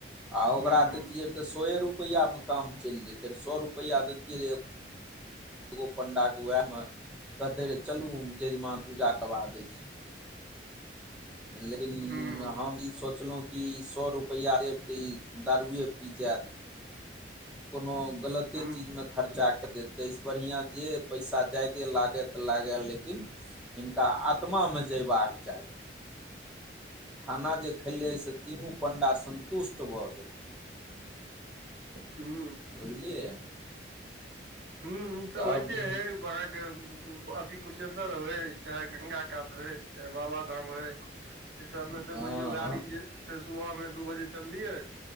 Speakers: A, in the centre; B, on the right.
A: आ ओकरा
B: हूं हूं
A: दैतियै रहए तऽ सौ रुपैआमे काम चलि जैतै रह सौ रुपैआ दैतियै रहए एगो पण्डाके वएहमे कहते रह चलू जजमान पूजा करबा दै छी लेकिन
B: हूं
A: हम ई सोचलहुँ की सौ रुपैया तऽ ई दारुए पी जायत कोनो गलत
B: हूं
A: चीजमे खर्चा काय देत त से बढ़िआँ जे पैसा जा्यदे लागय तऽ लागय लेकिन हिनका आत्मामे जयबाक चाही खाना जे खेलियै से तीनू पण्डा सन्तुष्ट भऽ गेलै
B: हू
A: बुझलियै
B: हू ई सब
A: तब
B: होइते है बके अथ कुशेश्वर होइ चाहे गंगा कात होइ चाहे बाबा धाम होइ ई सब मे
A: हँ
B: तऽ बुझियौ गाड़ी जे से सुबह मे दू बजे चललियै